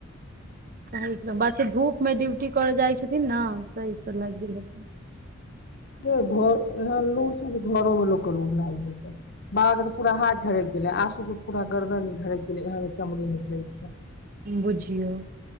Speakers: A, on the right (about 45°); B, on the left (about 55°).
A: हन स बात छै धूप मे ड्यूटी करऽ जाइ छथिन ने तऽ ई सब लागि गेल हथिन
B: नहि घ लू छै घरमे लोक लू लाग जा छै बाबा के तऽ पूरा हाथ झड़क गेले आंसू के पूरा गर्दन हर दर चमरी निकै छै
A: बुझियौ